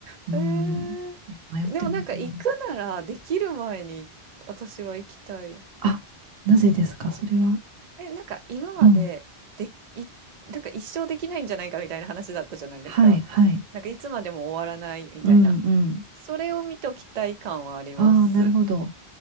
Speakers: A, on the right; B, on the right.
A: うん、
B: えー、
A: 迷ってますね。
B: でもなんか行くならできる前に私は行きたい。
A: あ、なぜですか、それは。
B: え、なんか今までで、
A: うん。
B: い、なんか一生できないんじゃないかみたいな話だったじゃないですか。
A: はい、はい。
B: なんかいつまでも終わらないみたいな。
A: うんうん。
B: それを見ときたい感はあります。
A: ああ、なるほど。